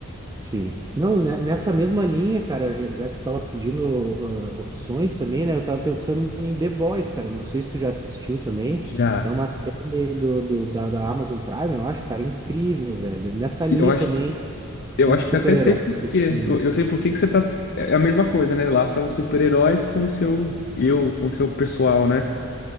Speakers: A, on the right (about 15°); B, on the left (about 50°).
A: Sim. Não, né, nessa mesma linha, cara, já, já que tu tava pedindo ah, opções também, né? Eu tava pensando em The Boys, cara. Não sei se tu já assistiu também.
B: Já.
A: É uma série do, do- da, da Amazon Prime, eu acho, cara, incrível, velho. Nessa linha
B: E Eu acho,
A: também do
B: eu acho
A: super-herói,
B: que até sei por
A: assim,
B: quê. Eu,
A: né?
B: eu sei por que que você tá. É é a mesma coisa, né? Lá são super-heróis com o seu eu, com o seu pessoal, né?